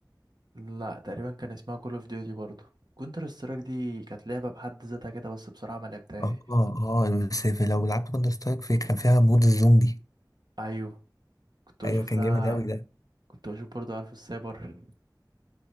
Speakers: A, on the right; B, on the left.
A: لا تقريبا كان اسمها كول اوف ديوتي برضو كونتر سترايك دي كانت لعبة بحد ذاتها كده بس بصراحة ما لعبتهاش
B: اه اه بس في- لو لعبت كونتر سترايك في كان فيها مود الزومبي
A: ايوه كنت بشوف
B: ايوه كان
A: لها
B: جامد اوي ده
A: كنت بشوف برضو عارف السايبر